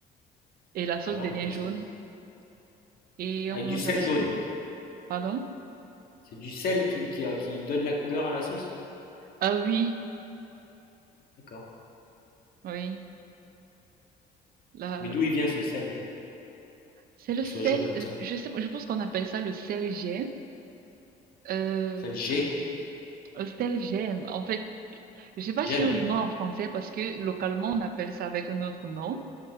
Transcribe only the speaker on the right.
et la
sauce devient
jaune
et
on mange
avec
la viande. Pardon?
Ah oui,
oui. Là,
c'est
le
sel.
euh,
je sais, pas, je pense qu'on appelle ça le sel gemme. Euh,
le sel gemme. En fait, je suis pas
sûre du nom en français parce que localement on appelle ça avec un autre nom.